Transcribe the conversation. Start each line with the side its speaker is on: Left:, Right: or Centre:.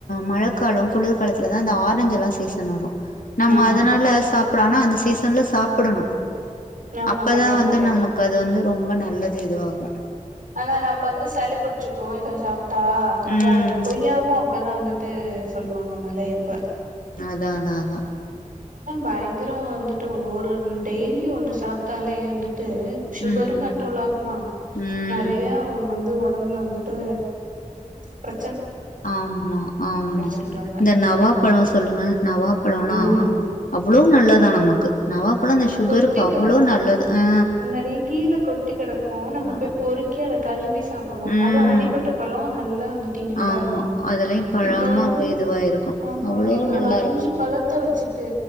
Left: மழைக்கால குளிர்காலத்துலதா இந்த ஆரஞ்சுலா சீசன் வரு நம்ம
Right: ஆமா
Left: அதனால சாப் புட்லானா அந்த சீ சன்ல சாப்பிடணு
Right: ஆமா
Left: அப்பதா
Right: கண்டிப்பா
Left: வந்து
Right: கண்டிப்பா
Left: நமக்கு அது வந்து ரொம்ப நல்லது ஏதுவாகு
Right: ஆனா நம்ம வந்து சளி புடிச்சுக்கு இத சாப் டா இதாயிடு
Left: ம்
Right: கொய்யாவு அப்பதா வந்துட்டு சொல்லுவாங்க மழை அப்ப
Left: தா அதா அதா
Right: பயங்கர வந்துட்டு ஒரு டெய்லி ஒண்ணு சாப்ட்டாலே வந்து ட்டு சுகரு
Left: ம்
Right: கண்ட்ரோல் ஆகுமா
Left: ம்
Right: நறைய வந் து ஒடம்புல வந்துட்டு பிர
Left: ஆமா ஆமா
Right: சொல்றாங்க
Left: இந்த நவா பழ சொல்லுங்க நவாப்பழோலா
Right: ம்
Left: அவ்ளோ நல்லதா நமக்கு நவா பழ அந்த சுகருக்கு
Right: கொட்டி
Left: அவ்வளோ
Right: கெடக்கு
Left: நல்லது அ
Right: முன்னாடி கீழ கொட்டி கடக்கு நம்ம
Left: ஆ
Right: போய் பொறுக்கி அத கழுவி சாப்பிடுவோ
Left: ம்
Right: அதுவும் அடிப்பட்ட பழம் நல்ல ந்து இனிப்பா
Left: ஆமா
Right: இருக்கும்
Left: அதுலயு பழமா
Right: இப்ப வந்து
Left: அப்டியே இதுவா இருக்கு
Right: ஆமா
Left: அவ்ளோ
Right: இப்ப
Left: நல்லா
Right: ஒரு அஞ்சு
Left: இருக்கு
Right: பழத்தை வச்சுட்டு ட்டு